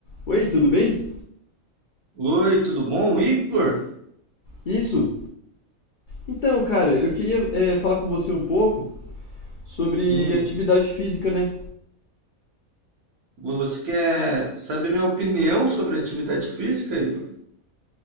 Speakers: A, on the left; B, on the right.
A: Oi, tudo bem?
B: Oi, tudo bom, Igor?
A: Isso. Então, cara, eu queria é, falar com você um pouco sobre
B: Hum,
A: atividade física, né?
B: você quer saber minha opinião sobre atividade física, Igor?